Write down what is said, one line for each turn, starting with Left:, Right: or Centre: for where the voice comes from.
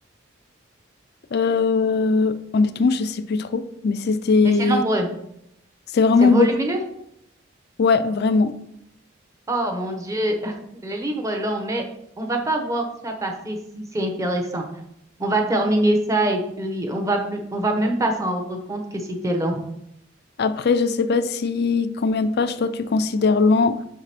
Left: euh, honnêtement, je sais plus trop, mais c'était,
Right: Mais c'est nombreux,
Left: c'est vraiment
Right: c'est volumineux.
Left: beaucoup. Ouais, vraiment.
Right: Oh mon Dieu, <laughs> les livres longs, mais on va pas voir ça passer si c'est intéressant. On va terminer ça et puis on va plus, on va même pas s'en rendre compte que c'était long.
Left: Après, je sais pas si combien de pages toi tu considères lent.